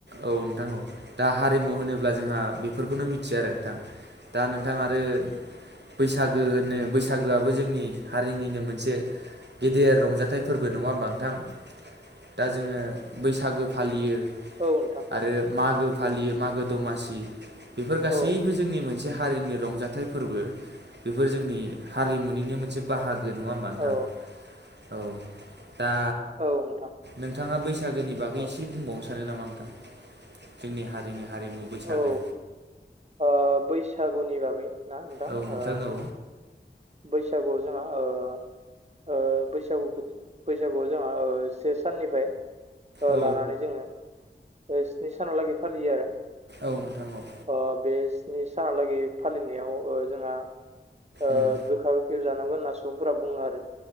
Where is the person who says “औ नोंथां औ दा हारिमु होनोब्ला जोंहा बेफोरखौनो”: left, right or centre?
Right